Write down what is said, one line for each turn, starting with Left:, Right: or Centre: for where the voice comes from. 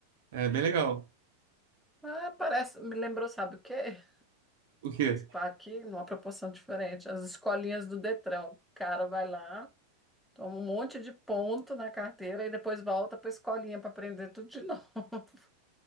Right: É bem legal.
Centre: ah, parece, me lembrou, sabe o quê?
Right: O quê?
Centre: Claro que numa proporção diferente. As escolinhas do Detran, o cara vai lá, toma um monte de ponto na carteira e depois volta para a escolinha para aprender tudo de novo. <laughs>